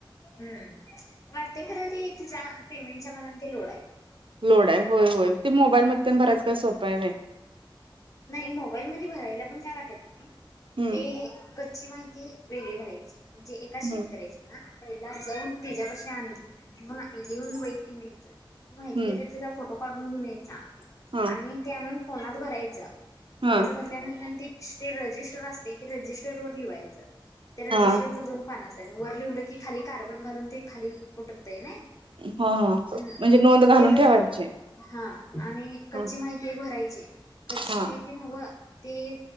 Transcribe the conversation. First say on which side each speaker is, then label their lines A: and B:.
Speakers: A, on the left; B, on the right.
A: हम्म. वाटतेय खरं ते तिच्या पेमेंटच्या मानान ते लोड आहे.
B: लोड आहे. होय होय. ते मोबाईल <unintelligible> काय सोप हाय व्हय.
A: नाही मोबाईल मधे भरायला पण काय वाटत नाही.
B: हम्म
A: ते- ची माहिती वेगळी भरायची. म्हणजे एका शेतकऱ्याची
B: हम्म
A: ना? पहिला जाऊन त्याच्यापासन आणि घेऊन लिहून वहीत घेऊन यायचं. ती माहिती
B: हम्म
A: घेतेल ति- फोटो काढून घेऊन यायचा
B: हा
A: आणि ते आणून फोनात भरायचा.
B: हा
A: फोनात भरल्यानंतर ते रजिस्टर असतय. ते रजिस्टरवर - लिहायच. त्या रजिस्टर
B: हा
A: मधून- पान असत्यात. वर लिवलं की खाली कार्बन घालून ते खाली उठतय ना?
B: हां.
A: हम्म
B: म्हणजे नोंद घालून
A: ते झाले
B: ठेवायची.
A: हा. आणि कच्ची
B: हा
A: माहिती भरायची. कच्ची
B: हा
A: माहिती नव्ह ते-